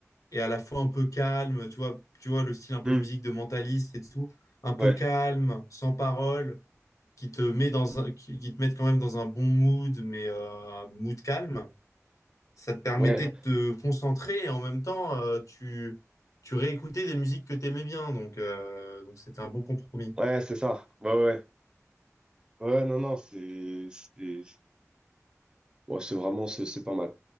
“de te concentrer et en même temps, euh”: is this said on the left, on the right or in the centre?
Left